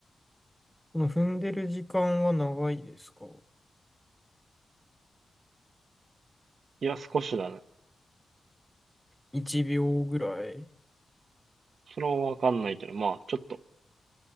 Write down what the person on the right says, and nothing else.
いや、少しだね。
それはわかんないけど、まあ、ちょっと。